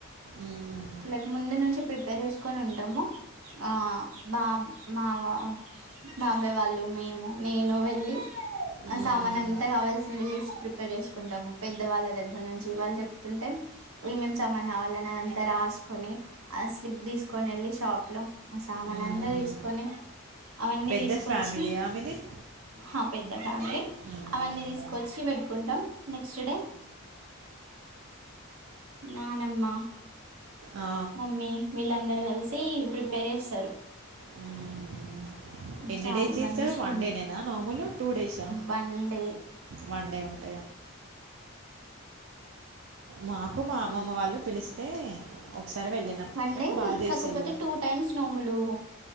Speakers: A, on the right; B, on the right.
A: మ్మ్.
B: లైక్ ముందు నుంచి ప్రిపేర్ చేసుకొని ఉంటాము ఆ బాబ్ మావ బాబాయ్ వాళ్ళు మేము నేను వెళ్ళి
A: మ్మ్.
B: ఆ సామాన్ అంత కావాల్సింది లిస్ట్ ప్రిపేర్ చేసుకుంటము పెద్దవాళ్ళ దగ్గర ఇగ నుంచి వాళ్ళు చెప్తుంటే ఏమేం సమాన్ కావాలని అది అంతా రాసుకొని ఆ స్లిప్ తీసుకు తీసుకొని వెళ్ళి షాప్ లో ఆ సామాన్
A: మ్మ్.
B: అంత తీసుకొని అవన్నీ
A: పెద్ద
B: తీసుకొచ్చి
A: ఫ్యామిలీయా మీది
B: హప్ పెద్ద ఫ్యామిలీ
A: హ్మ్.
B: అవన్నీ తీసుకొచ్చి పెట్టుకుంటాం నెక్స్ట్ డే నానమ్మ
A: ఆ!
B: మమ్మీ వీళ్ళందరు కలిసి ప్రిపేర్ చేస్తారు
A: హ్మ్. ఎన్ని
B: చాలా
A: డేస్ చేస్తారు
B: మంచిగా
A: వన్
B: అన్
A: డే నేనా నోమూలు టూ డేసా
B: వన్ డే
A: వన్ డే ఉంటు మాకు మా అమ్మమ్మ వాళ్ళు పిలిస్తే ఒకసారి వెళ్ళినాం.
B: వన్
A: కానీ
B: డే
A: బా చేసిల్లు.
B: కాకపోతే టూ టైమ్స్ నోములు